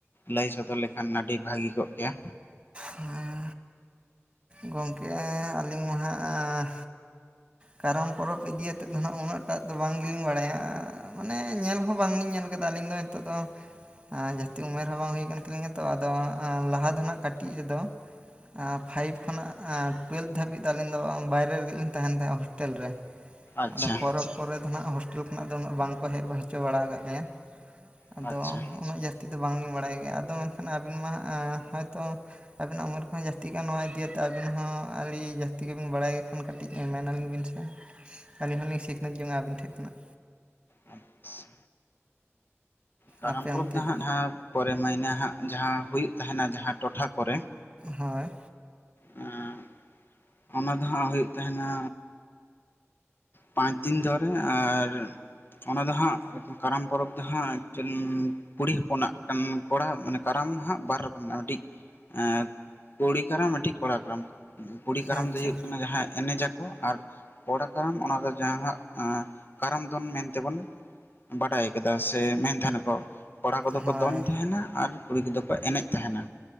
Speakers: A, on the left; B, on the right.
A: ᱞᱟᱹᱭ ᱥᱚᱫᱚᱨ ᱞᱮᱠᱷᱟᱱ ᱟᱹᱰᱤ ᱵᱷᱟᱹᱜᱤ ᱠᱚᱜ ᱠᱮᱭᱟ?
B: ᱦᱮᱸ ᱜᱚᱝᱠᱮ ᱟᱹᱞᱤᱧ ᱢᱟ ᱦᱟᱸᱜ ᱟᱸ ᱠᱟᱨᱟᱢ ᱯᱚᱨᱚᱵᱽ ᱤᱫᱤᱭᱟᱛᱮᱫ ᱫᱚ ᱱᱟᱦᱟᱸᱜ ᱩᱱᱟᱹᱜ ᱴᱟᱜ ᱫᱚ ᱵᱟᱝ ᱞᱤᱧ ᱵᱟᱲᱟᱭᱟ ᱢᱟᱱᱮ ᱧᱮᱞ ᱦᱚᱸ ᱵᱟᱝᱞᱤᱧ ᱧᱮᱞ ᱠᱟᱫᱟ ᱟᱹᱞᱤᱧ ᱫᱚ ᱛᱚᱜ ᱫᱚ ᱟᱸ ᱡᱟᱹᱥᱛᱤ ᱩᱢᱮᱨ ᱦᱚᱸ ᱵᱟᱝ ᱦᱩᱭ ᱠᱟᱱ ᱛᱟᱹᱟᱞᱤᱧᱟ ᱛᱚ ᱟᱫᱚ ᱮᱸ ᱞᱟᱦᱟ ᱫᱚ ᱱᱟᱦᱟᱜ ᱠᱟᱹᱴᱤᱡ ᱨᱮᱫᱚ ᱟᱸ ᱯᱷᱟᱭᱤᱵᱷ ᱠᱷᱚᱱᱟᱜ ᱴᱩᱭᱮᱞᱵᱷ ᱫᱷᱟᱹᱵᱤᱡ ᱫᱚ ᱟᱹᱞᱤᱧ ᱫᱚ ᱵᱟᱭᱨᱮ ᱨᱮᱜᱤ ᱞᱤᱧ ᱛᱟᱦᱮᱸᱱ ᱛᱟᱦᱮᱸᱜ ᱦᱳᱥ ᱴᱮᱞ ᱨᱮ
A: ᱟᱪᱪᱷᱟ
B: ᱟᱫᱚ ᱯᱚᱨᱚᱵᱽ ᱯᱚᱨᱮ ᱫᱚ ᱱᱟᱦᱟᱜ ᱦᱳᱥ ᱴᱮᱞ ᱠᱷᱚᱱᱟᱜ ᱫᱚ ᱩᱱᱟᱹᱜ ᱵᱟᱝᱠᱚ ᱦᱮᱡ ᱦᱚᱪᱚ ᱵᱟᱲᱟ ᱠᱟᱜ ᱞᱮᱭᱟ ᱟᱫᱚ
A: ᱟᱪᱪᱷᱟ
B: ᱩᱱᱟᱹᱜ ᱡᱟᱹᱥ ᱛᱤ ᱫᱚ ᱵᱟᱝ ᱞᱤᱧ ᱵᱟᱲᱟᱭ ᱜᱮᱭᱟ ᱟᱫᱚ ᱢᱮᱱᱠᱷᱟᱱ ᱟᱹᱵᱤᱱ ᱢᱟ ᱦᱟᱸᱜ ᱮᱸ ᱦᱚᱭᱛᱚ ᱟᱵᱤᱱᱟᱜ ᱩᱢᱮᱨ ᱠᱚᱦᱚᱸ ᱡᱟᱹᱥᱛᱤ ᱜᱮᱭᱟ ᱱᱚᱣᱟ ᱤᱫᱤ ᱟᱛᱮᱜ ᱟᱵᱤᱱ ᱦᱚᱸ ᱟᱹᱰᱤ ᱡᱟᱹᱥᱛᱤ ᱜᱮᱵᱤᱱ ᱵᱟᱲᱟᱭ ᱜᱮ ᱠᱷᱟᱱ ᱠᱟᱹᱴᱤᱡ ᱢᱮᱱᱟᱞᱤᱧ ᱵᱤᱱ ᱥᱮ ᱥᱮ ᱟᱹᱞᱤᱧ ᱦᱚᱸᱞᱤᱧ ᱥᱤᱠᱷᱱᱟᱹᱛ ᱡᱚᱝᱼᱟ ᱟᱹᱵᱤᱱ ᱴᱷᱮᱜ ᱠᱷᱚᱱᱟᱜ᱾
A: ᱟᱪᱪᱷᱟ ᱠᱟᱨᱟᱢ
B: ᱟᱯᱮ
A: ᱯᱚᱨᱚᱵᱽ
B: ᱚᱱᱛᱮ
A: ᱫᱚ ᱦᱟᱸᱜ <unintelligible> ᱯᱚᱨᱮ ᱢᱟᱭᱱᱟᱹ ᱦᱟᱸᱜ ᱡᱟᱦᱟᱸ ᱦᱩᱭᱩᱜ ᱛᱟᱦᱮᱱᱟ ᱡᱟᱦᱟᱸ ᱴᱚᱴᱷᱟ ᱠᱚᱨᱮ
B: ᱦᱚᱭ
A: ᱟᱸ ᱚᱱᱟ ᱫᱚ ᱦᱟᱸᱜ ᱦᱩᱭᱩᱜ ᱛᱟᱦᱮᱱᱟ ᱯᱟᱸᱪ ᱫᱤᱱ ᱫᱷᱚᱨᱮ ᱟᱨ ᱚᱱᱟ ᱫᱚ ᱦᱟᱸᱜ ᱠᱟᱨᱟᱢ ᱯᱚᱨᱚᱵᱽ ᱫᱚ ᱦᱟᱸᱜ ᱴᱮᱱ ᱠᱩᱲᱤ ᱦᱚᱯᱚᱱᱟᱜ ᱠᱟᱱ ᱠᱚᱲᱟ ᱢᱟᱱᱮ ᱠᱟᱨᱟᱢ ᱦᱟᱸᱜ ᱵᱟᱨ ᱨᱚᱠᱚᱢ ᱢᱮᱱᱟᱜᱼᱟ ᱢᱤᱫᱴᱤᱡ ᱮᱸ ᱠᱩᱲᱤ ᱠᱟᱨᱟᱢ ᱢᱤᱫᱴᱤᱡ ᱠᱚᱲᱟ ᱠᱟᱨᱟᱢ᱾ ᱠᱩᱲᱤ ᱠᱟᱨᱟᱢ
B: ᱟᱪᱪᱷᱟ
A: ᱫᱚ ᱦᱩᱭᱩᱜ ᱠᱟᱱᱟ ᱡᱟᱦᱟᱸ ᱮᱱᱮᱡᱟ ᱠᱚ ᱟᱨ ᱠᱚᱲᱟ ᱠᱟᱨᱟᱢ ᱚᱱᱟ ᱫᱚ ᱡᱟᱦᱟᱸ ᱟᱸ ᱠᱟᱨᱟᱢ ᱫᱚᱱ ᱢᱮᱱᱛᱮ ᱵᱚᱱ ᱵᱟᱰᱟᱭ ᱠᱟᱫᱟ ᱥᱮ ᱢᱮᱱ ᱛᱟᱦᱮᱱᱟ ᱠᱚ ᱠᱚᱲᱟ ᱠᱚᱫᱚ
B: ᱦᱳᱭ
A: ᱠᱚ ᱫᱚᱱ ᱛᱟᱦᱮᱱᱟ ᱟᱨ ᱠᱩᱲᱤ ᱠᱚᱫᱚ ᱠᱚ ᱮᱱᱮᱡ ᱛᱟᱦᱮᱱᱟ